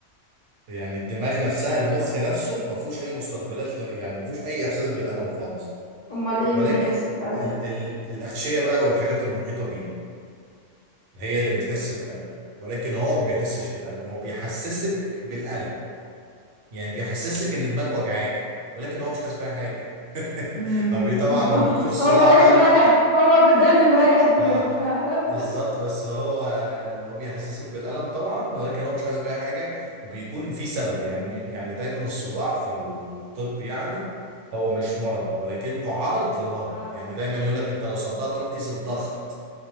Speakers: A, on the right; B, on the left.
A: يعني الدماغ نفسها المخ نفسه ما فيهوش اي مستقبلات ل- يعني ما فيهوش اي احساس بالالم خالص
B: امال ايه
A: ولكن
B: اللي بيحس بالألم
A: ال ال الأغشية بقى والحاجات المحيطة بيه هي اللي بتحس بالألم ولكن هو ما بيحسش بالألم هو بيحسسك بالألم يعني بيحسسك إن دماغك وجعاك ولكن هو مش حاسس بأي حاجة <laughs>
B: مم.
A: هو بي- طبعا
B: <laughs>
A: هو بيكون الصداع
B: هو ايه
A: ده
B: مريح
A: ال-
B: هو ده اللي مريح دماغه
A: اه
B: فعلا
A: بالظبط بس هو اللي هو بيحسسك بالألم طبعا ولكن هو مش حاسس بأي حاجة وبيكون في سبب يعني يعني دايما الصداع في الطب يعني هو
B: <laughs>
A: مش
B: مم.
A: مرض ولكنه عرض لمرض
B: عرض
A: يعني دايما يقول لك انت لو صدعت روح قيس الضغط